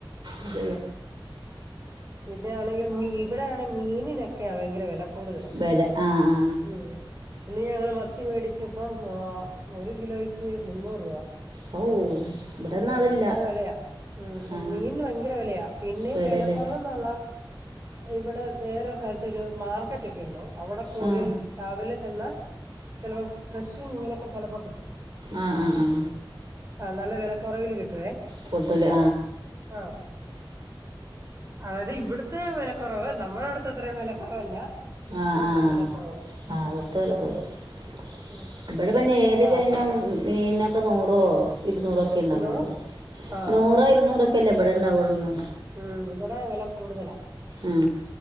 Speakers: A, on the right; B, on the right.
A: അത
B: ഇതാണെങ്കിൽ ഇവിടെയണ മീനിനൊക്കെയ ഭയങ്കര വില കൂടുതല്
A: വില ആഹ ആ
B: ഉം ഇന്ന് ഞങ്ങള് മത്തി മേടിച്ചപ്പം ഒരു കിലോയ്ക്ക് മുന്നൂറ് രൂപ
A: ഓ <unintelligible> ഒന്നും അതില്ല
B: അത്ര വിലയാ ഉ
A: ആ
B: മീൻ ഭയങ്കര വിലയാ പിന്നേും
A: വിലല്ലേ
B: വില കുറവന്നാള്ള- ഇവിടെ വേറെ സ്ഥലത്തരു മാർക്കറ്റ് ഒക്കെുണ്ട് അവിടെ പോയി
A: ആ
B: രാവിലെ ചെന്ന- ചിലപ്പോ ഫ്രഷും മീനൊക്കെ ചെിലപ്പോ കിട്ടും
A: ആ ആ ആ
B: ആ് നല്ല വില കുറവില് കിട്ടുവേ-
A: കൊടുത്തു ഇല്ലേ
B: ആ അതായത് ഇവിടുത്തെ വിലക്കുറവ് നമ്മുടെ അവിടുത്തെ അത്രയും വിലക്കുറവല്ല
A: ആഹ
B: ഇവിടുത്തെ
A: ആഹ
B: വിലക്കുറവിന്
A: ആ അത്തല്ല ത <unintelligible>
B: ഉം
A: ഇവിടെ പറഞ്ഞ ഏറികഴഞ്ഞ
B: ആ
A: മീനൊക്കെ നൂറോ ഇരുന്നൂറോക്കെ ഉണ്ടാവൊള്ളു
B: എന്തോ ആ
A: നൂറോ ഇരുന്നൂറ ഉും ഉണ്ടാ വെള്ളുന്നെ
B: ഉം ഇവിടെ വില കൂടുതലാ
A: ഉം